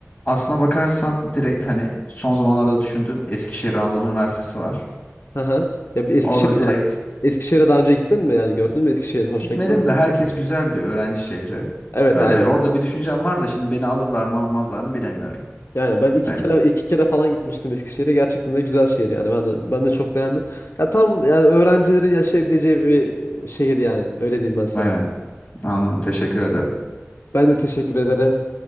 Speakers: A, on the left (about 30°); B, on the left (about 60°).
A: Aslına bakarsan direkt hani son zamanlarda düşündüğüm Eskişehir Anadolu Üniversitesi var.
B: Hı hı. Ya bir Eskişehir'e
A: Orada direkt
B: Eskişehir'e daha önce gittin mi? Yani gördün mü Eskişehir? Hoşuna
A: Gitmedim
B: gitti mi?
A: de herkes güzel diyor öğrenci şehri.
B: Evet
A: Öyle
B: aynen.
A: orada bir düşüncem var da şimdi beni alırlar mı almazlar mı bilemiyorum.
B: Yani ben iki
A: Öyle.
B: kere iki kere falan gitmiştim Eskişehir'e. Gerçekten de güzel şehir yani. Ben de, ben de çok beğendim. Ya tam yani öğrencilerin yaşayabileceği bir şehir yani. Öyle diyeyim ben sana.
A: Evet anladım teşekkür ederim.
B: Ben de teşekkür ederim.